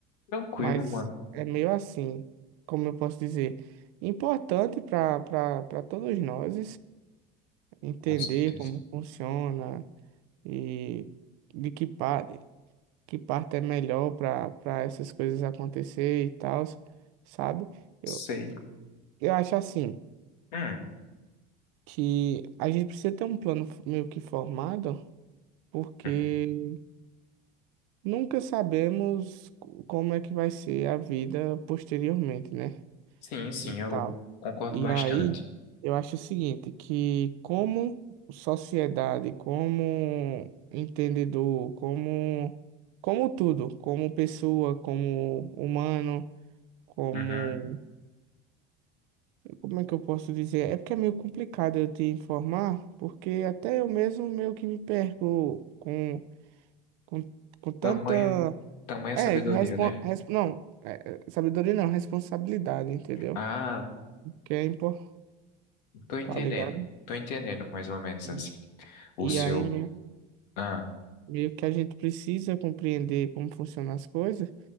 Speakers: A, on the left; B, on the right.
A: Tranquilo,
B: Mas
A: mano,
B: é meio assim, como eu posso dizer, importante para para todos nós entender
A: com certeza.
B: como funciona e de que parte, que parte é melhor para para essas coisas acontecer e tal, sabe? Eu,
A: Sei.
B: eu acho assim.
A: Hum,
B: que a gente precisa ter um plano f- meio que formado, porque
A: hum.
B: nunca sabemos co- como é que vai ser a vida posteriormente, né?
A: Sim, sim,
B: E tal.
A: eu concordo
B: E
A: bastante.
B: aí, eu acho o seguinte, que como sociedade, como entendedor, como como tudo, como pessoa, como humano, como
A: Uhum.
B: como é que eu posso dizer? É porque é meio complicado eu te informar, porque até eu mesmo meio que me perco com com, com tanta.
A: Tamanha, tamanha
B: É,
A: sabedoria,
B: respon...
A: né?
B: res- não, é, é, sabedoria não, responsabilidade, entendeu?
A: Ah,
B: Que é importante,
A: tô entendendo.
B: tá ligado?
A: Tô entendendo mais ou menos
B: E,
A: assim. O seu.
B: e aí me-
A: Ah.
B: meio que a gente precisa compreender como funcionam as coisas